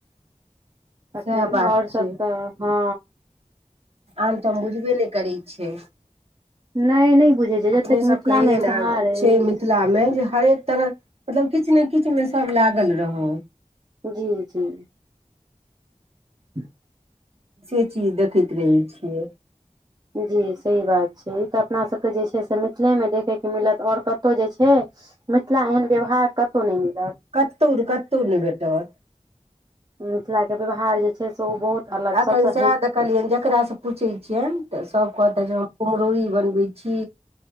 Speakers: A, on the right (about 30°); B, on the right (about 50°).
A: तखन
B: सएह बात
A: आओर सभ
B: छै
A: तऽ हँ
B: आनठम बुझबे नहि करय छै
A: नहि नहि बुझै छै
B: अपने
A: जतेक
B: सबके
A: मिथिलामे
B: एहन
A: व्यवहार अछि
B: छै मिथिलामे जे हरेक तरह मतलब किछ ने किछ किछ मे सब लागल रहौ
A: जी जी <inaudible>
B: से चीज देखैत रहय छियै
A: जी सही बात छै ई तऽ अपना सबके जे छै से मिथिलेमे देखयके मिलत आओर कतहु जे छै मिथिला एहन व्यवहार कतहु नहि मिल
B: कतो कतो नहि भेटत
A: मिथिला के व्यवहार जे छै से ओ बहुत अलग
B: एखन
A: सभसँ
B: सएह
A: हटि
B: देखलियनि जकरासँ पूछैत छियनि तऽ सभ कहते जे हम कुम्हरौरी बनबै छी